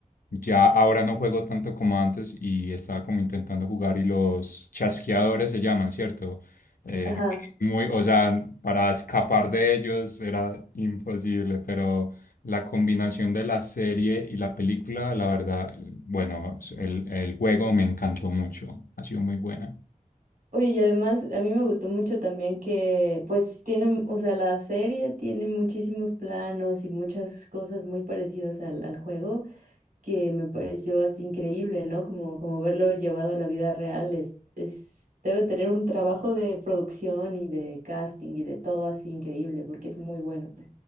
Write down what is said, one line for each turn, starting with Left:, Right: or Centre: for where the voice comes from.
Left: ya ahora no juego tanto como antes y estaba como intentando jugar y los chasqueadores se llaman, ¿cierto? Eh,
Right: ajá.
Left: muy, o sea, para escapar de ellos era imposible, pero... La combinación de la serie y la película, la verdad, bueno, el, el juego me encantó mucho. Ha sido muy buena.
Right: Oye, y además a mí me gustó mucho también que pues tienen, o sea, la serie tiene muchísimos planos y muchas cosas muy parecidas al, al juego que me pareció así increíble, ¿no? Como, como verlo llevado a la vida real es, es, deben tener un trabajo de producción y de casting y de todo así increíble porque es muy bueno.